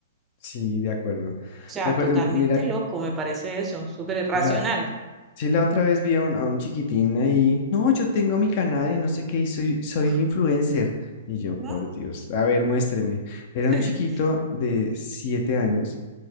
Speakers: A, on the left; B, on the right.
A: Sí, de acuerdo.
B: O sea,
A: De acuerdo,
B: totalmente
A: mira,
B: loco, me parece eso, súper irracional.
A: la, sí, la otra vez vi a un, a un chiquitín ahí, no, yo tengo mi canal y no sé qué, y soy, soy
B: Uf,
A: influencer. Y yo,
B: ¿no?
A: por Dios, a ver, muéstreme. Era
B: <laughs>
A: un chiquito de siete años